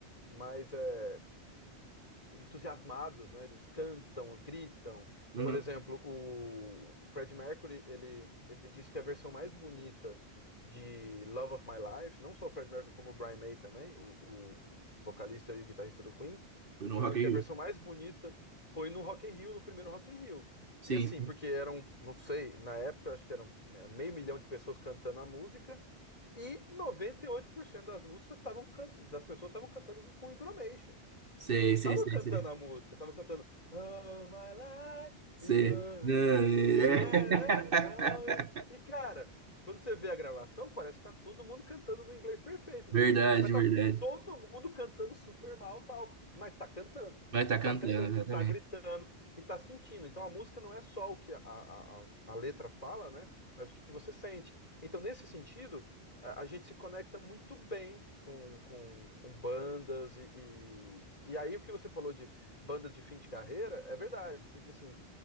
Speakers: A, on the left; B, on the right.
A: mais é, entusiasmados, né? Eles cantam, gritam.
B: uhum.
A: Por exemplo, o Freddie Mercury, ele, ele disse que a versão mais bonita de Love of My Life, não só o Freddie Mercury, como o Brian May também, o, o vocalista e o guitarrista do Queen,
B: Foi no
A: falaram
B: Rock
A: que
B: in Rio.
A: a versão mais bonita foi no Rock in Rio, no primeiro Rock in Rio.
B: Sim.
A: E assim, porque eram, não sei, na época acho que eram meio milhão de pessoas cantando a música e 98% das músicas estavam das pessoas estavam cantando com embromation.
B: Sei,
A: Não
B: sei,
A: tava
B: sei,
A: cantando
B: sei.
A: a música, tava cantando Oh my life,
B: Sei.
A: you hurt
B: Ah, é.
A: me, you hurt me, don't you?"
B: <laughs>
A: E cara, quando você vê a gravação, parece que tá todo mundo cantando no inglês perfeito, entendeu?
B: Verdade,
A: Mas tá
B: verdade.
A: todo mundo cantando super mal, tal, mas tá cantando,
B: Vai estar cantando,
A: tá cantando,
B: exatamente.
A: tá gritando e tá sentindo. Então a música não é só o que a, a, a a letra fala, né? Mas o que você sente. Então, nesse sentido, a, a gente se conecta muito bem com, com, com bandas e, e, e aí o que você falou de bandas de fim de carreira é verdade, porque assim,